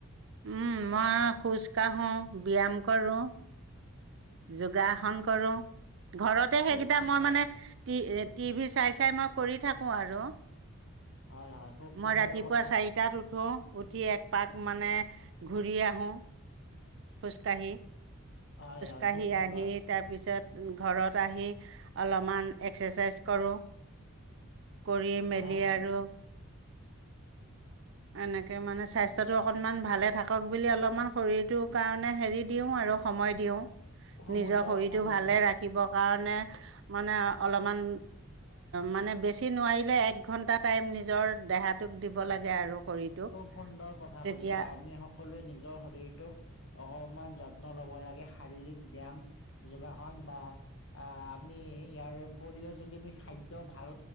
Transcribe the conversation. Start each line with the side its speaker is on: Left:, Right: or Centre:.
Right: উম মই খোজ কাঢ়ো ব্যায়াম কৰোঁ যোগাসন কৰো ঘৰতে
Left: খুব
Right: সেইকেইটা
Left: সুন্দৰ
Right: মই মানে তি। টিভি চাই চাই মই কৰি থাকো আৰু
Left: হয় হয় খুব সুন্দৰ
Right: মই ৰাতিপুৱা
Left: কথা।
Right: চাৰিটাত উঠো উঠি এক পাক মানে ঘূৰি আহোঁ খোজকাঢ়ি।
Left: হয়
Right: কাঢ়ি
Left: খুব সুন্দৰ
Right: আহি তাৰপিছত ঘৰত আহি অলপমান এক্সাৰচাইজ কৰোঁ। কৰি মেলি
Left: হয় হয়
Right: আৰু এনেকে মানে স্বাস্থ্যটো অকনমান ভালে থাকক বুলি অলপমান শৰীৰটোৰ কাৰণে হেৰি দিওঁ আৰু সময় দিওঁ
Left: খুব
Right: নিজৰ
Left: সুন্দৰ
Right: শৰীৰতটো
Left: কথা কৈছা
Right: ভালে ৰাখিব কাৰণে মানে অলপমান মানে বেছি নোৱাৰিলে এক ঘণ্টা টাইম নিজৰ দেহাটোক দিব লাগে আৰু শৰীৰটোক
Left: খুব সুন্দৰ কথা
Right: তেতিয়া
Left: কৈছে আমি সকলোৱে নিজৰ শৰীৰটোক অকমান যত্ন লব লাগে শাৰীৰিক ব্যায়াম যোগাসন বা আহ আমি ইয়াৰ উপৰিও যদি আমি খাদ্য ভাল